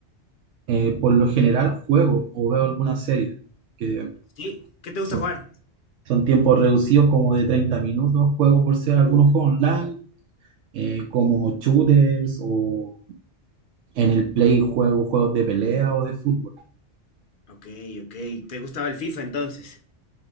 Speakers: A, on the right; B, on the left.
A: Eh, por lo general juego o veo alguna serie que
B: ¿Sí? ¿Qué te
A: Son,
B: gusta jugar?
A: son tiempos reducidos como de 30 minutos, juego por ser
B: Uh,
A: algunos juegos online, eh, como shooters o en el Play juego juegos de pelea o de fútbol.
B: ok, ok. ¿Te gustaba el FIFA entonces?